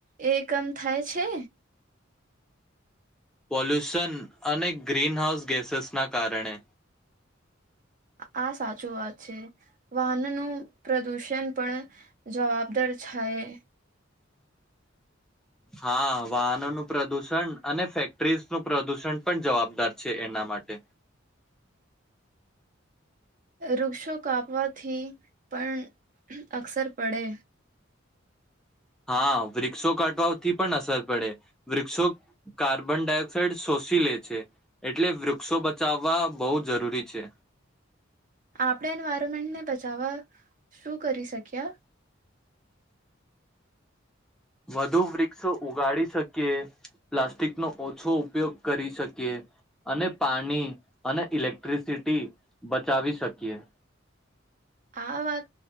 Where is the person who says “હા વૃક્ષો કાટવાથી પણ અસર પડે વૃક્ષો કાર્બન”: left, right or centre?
Centre